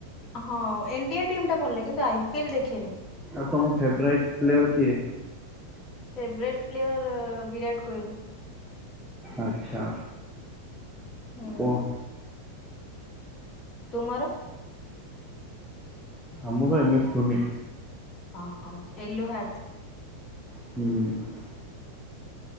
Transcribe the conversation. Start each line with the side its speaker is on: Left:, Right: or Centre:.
Left: ହଁ ଇଣ୍ଡିଆ ଟିମ୍ ଟା ଭଲ କିନ୍ତୁ ଆଇ ପିଏଲ ଦେଖେନି।
Centre: ଆଉ ତମ ଫେବ୍ରାଇଟ୍ ପ୍ଲେୟର୍ କିଏ?
Left: Favourite player Virat Kohli.
Centre: ଆଚ୍ଛା।
Left: <inaudible>
Centre: କୁହ
Left: ତୁମର
Centre: ଆମର ଏମ୍ ସ୍ ଧୋନି।
Left: <inaudible>
Centre: <inaudible>